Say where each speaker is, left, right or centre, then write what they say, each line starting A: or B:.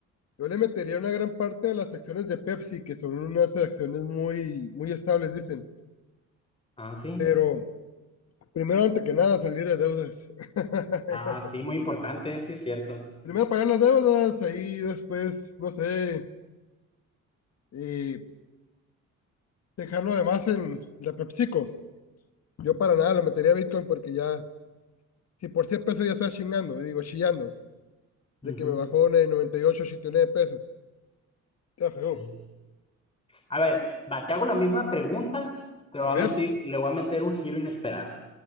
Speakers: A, on the left (about 55°); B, on the left (about 20°).
A: yo le metería una gran parte a las acciones de Pepsi, que son unas acciones muy, muy estables, dicen.
B: Ah, sí.
A: Pero primero, antes que nada, salir de deudas. <laughs>
B: Ah, sí, muy importante, sí es cierto.
A: Primero pagar las deudas, ahí después, no sé, eh, dejarlo además en la PepsiCo. Yo para nada lo metería a Bitcoin porque ya. Si por 100 pesos ya estás chingando, digo, chillando, de
B: Ujú,
A: que me bajó de 98, 89 pesos. Ya feo.
B: sí. A ver, va, te hago la misma pregunta, pero
A: A
B: va
A: ver,
B: a meter- le voy a meter un giro inesperado.